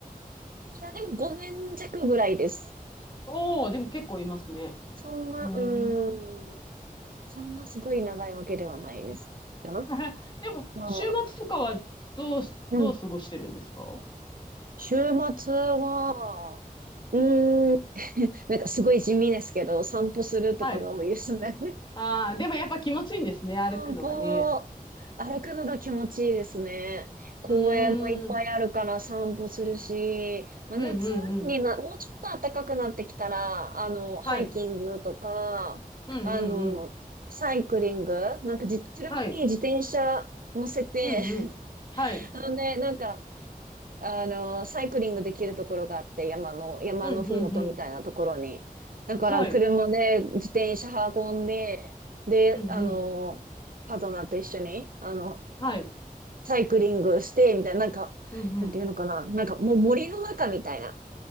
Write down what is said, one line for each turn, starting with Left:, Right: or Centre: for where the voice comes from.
Right: や、でも5年弱ぐらいです。
Left: おー、でも結構いますね。
Right: そんな、
Left: うーん。
Right: うん。そんなすごい長いわけではないです。かな。
Left: <laughs> でも、
Right: まあ、
Left: 週末とかはどうし、
Right: うん。
Left: どう過ごしてるんですか
Right: 週末は、うーん。なんかすごい地味ですけど、散歩するとかが多いですね。
Left: はい。ああ、でもやっぱ気持ちいいんですね、歩くのがね。
Right: 散歩、歩くのが気持ちいいですね。公園もいっぱいあるから散歩するし、
Left: うーん。
Right: まあ、
Left: うんうんうん。
Right: 夏にな、もうちょっと暖かくなってきたら、あの、ハイキングとか、
Left: はい。うんうんうん。
Right: あの、サイクリング、なんかじ、車に自転車乗せて、
Left: はい。うんうん。はい。
Right: <laughs> あのね、なんかあの、サイクリングできるところがあって、山の、山のふもとみたいなところに。
Left: うん、うん、うん。
Right: だから、
Left: はい。
Right: 車で自転車運んで、で、
Left: うん、
Right: あの、
Left: うん。
Right: パートナーと一緒に、あの、
Left: はい。
Right: サイクリングして、みたいな、なんか、
Left: うん、うん。
Right: なんていうのかな、なんかもう森の中みたいな、